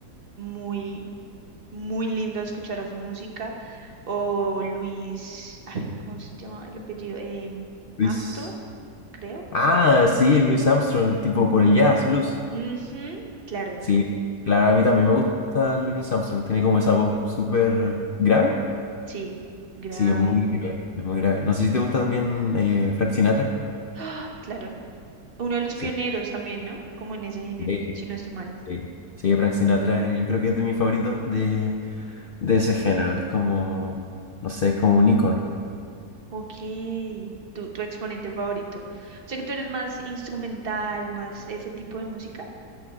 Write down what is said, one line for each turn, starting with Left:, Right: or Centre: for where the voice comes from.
Right: muy, muy lindo escuchar su música. O Luis, ay, ¿cómo se llama el apellido? Em,
Left: Luis.
Right: Armstrong, creo.
Left: Ah, sí, Luis Armstrong, tipo por el jazz, blues.
Right: Ujú, claro,
Left: Sí, claro, a mí también me gusta Luis Armstrong, tiene como esa voz súper grave.
Right: sí, grave.
Left: Sí, es muy grave, es muy grave. No sé si te gusta también eh, Frank Sinatra.
Right: ¡Ah! Claro. Uno de los
Left: Sí.
Right: pioneros también, ¿no? Como en ese género,
Left: eh,
Right: si no estoy mal.
Left: Sí, sí, Frank Sinatra, yo creo que es de mis favoritos de, de ese género. Es como, no sé, es como un ícono.
Right: Ok, tu, tu exponente favorito. O sea que tú eres más instrumental, más ese tipo de música.